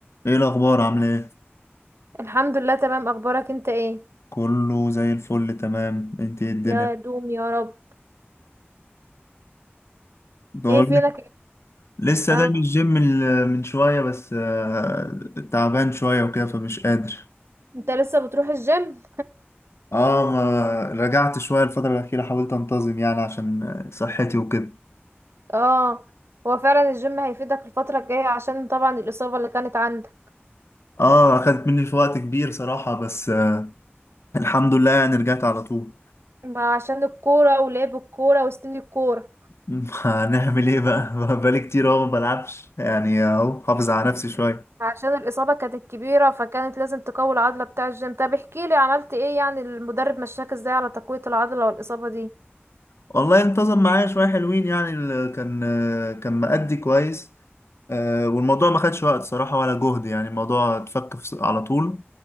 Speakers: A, on the left; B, on the right.
A: ايه الاخبار عامله ايه
B: الحمد لله تمام اخبارك انت ايه
A: كله زي الفل تمام انت ايه الدنيا
B: يا دوم يا رب
A: دول
B: ايه فينك
A: لسه
B: اه
A: جاي من الجيم ال- من شويه بس آه، تعبان شويه وكده فمش قادر
B: انت لسه بتروح الجيم
A: اه ما رجعت شويه الفتره الاخيره حاولت انتظم يعني عشان آه، صحتي وكده
B: اه هو فعلا الجيم هيفيدك الفترة الجاية عشان طبعا الإصابة اللي كانت عندك
A: اه اخدت مني في وقت كبير صراحه بس آه، الحمد لله يعني رجعت على طول
B: ما عشان الكورة ولعب الكورة وسن الكورة
A: <laughs> هنعمل ايه بقى <laughs> بقالي كتير اهو ما بلعبش يعني اهو حافظ على نفسي شويه
B: عشان الإصابة كانت كبيرة فكانت لازم تقوي العضلة بتاع الجيم طب احكيلي عملت ايه يعني المدرب مشاك ازاي على تقوية العضلة والإصابة
A: والله انتظم معايا شويه حلوين يعني ال- كان آه، كان مأدي كويس آه، والموضوع ما خدش وقت صراحة ولا جهد يعني الموضوع اتفك في- على طول